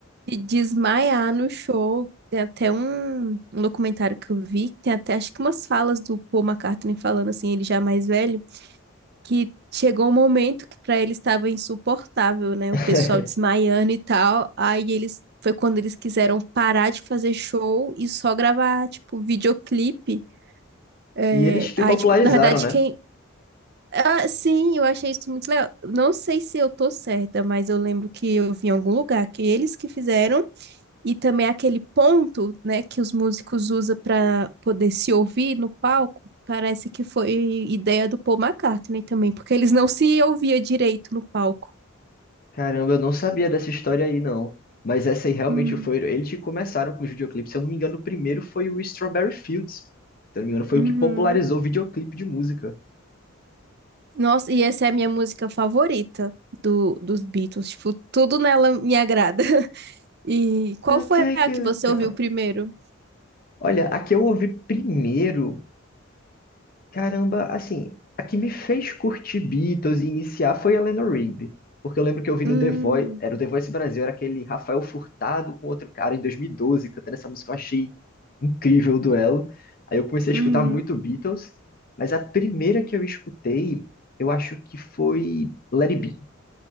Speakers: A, on the right; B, on the left.
A: de desmaiar no show. Tem até um, um documentário que eu vi, que tem até, acho que umas falas do Paul McCartney falando, assim, ele já mais velho. que chegou um momento que para eles estava insuportável, né?
B: <laughs>
A: O pessoal desmaiando e tal. Aí eles foi quando eles quiseram parar de fazer show e só gravar, tipo, videoclipe. É,
B: E eles que
A: aí,
B: popularizaram,
A: tipo, na verdade,
B: né?
A: quem. Ah, sim, eu achei isso muito legal. Não sei se eu tô certa, mas eu lembro que eu vi em algum lugar que eles que fizeram e também aquele ponto, né, que os músicos usam para poder se ouvir no palco, parece que foi ideia do Paul McCartney também, porque eles não se ouviam direito no palco.
B: Caramba, eu não sabia dessa história aí, não. Mas essa aí realmente
A: Hum,
B: foi. Eles que começaram com os videoclipes. Se eu não me engano, o primeiro foi o Strawberry Fields. Se eu não me engano, foi
A: Uhum.
B: o que popularizou o videoclipe de música.
A: Nossa, e essa é a minha música favorita do, dos Beatles. Tipo, tudo nela me agrada. <laughs> E qual foi
B: Take
A: a
B: it
A: que você
B: down.
A: ouviu primeiro?
B: Olha, a que eu ouvi primeiro Caramba, assim, a que me fez curtir Beatles e iniciar foi a Eleanor Rigby. Porque eu lembro que eu vi
A: Hum,
B: no The Voice, era o The Voice Brasil, era aquele Rafael Furtado com outro cara em 2012 cantando essa música, eu achei incrível o duelo. Aí eu comecei a
A: uhum,
B: escutar muito Beatles, mas a primeira que eu escutei, eu acho que foi Let It Be.